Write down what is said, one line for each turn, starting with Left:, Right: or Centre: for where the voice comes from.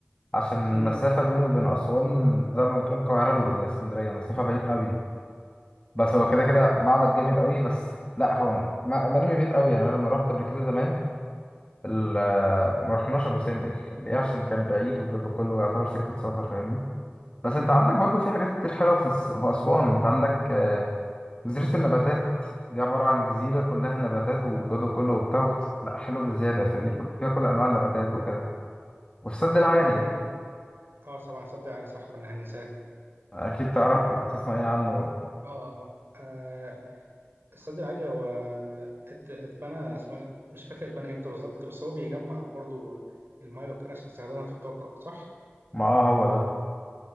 Left: عشان
Right: أمم،
Left: المسافة بينه وبين أسوان زي ما بتقول القاهرة لإسكندرية مسافة بعيد قوي بس هو
Right: اه
Left: كده كده معبد جامد قوي بس لا هو ما- مرمي بعيد قوي يعني انا لما رحت قبل كده زمان ال- ما رحناش ابو سمبل ليه عشان كان بعيد وكده كله يعتبر سكه سفر فاهمني بس انت عندك برضو في حاجات كتير حلوه في الس- في اسوان انت عندك آه، جزيره النباتات دي عباره عن جزيره كلها نباتات والجو كله وبتاع لا حلو بزياده فاهمني
Right: أمم.
Left: كل- فيها كل انواع النباتات وكده والسد
Right: اعتقد
Left: العالي
Right: احنا اه طبعا السد العالي صح كنا هننساه
Left: اكيد تعرفه وتسمع ايه عنه
Right: اه آه. آه، السد العالي هو ات- اتبنى اسمه إيه ده مش فاكر اتبنى امتى بالظبط بس هو بيجمع برضو المايه وكده عشان نستخدمها في الطاقة صح؟
Left: ما آه هو ده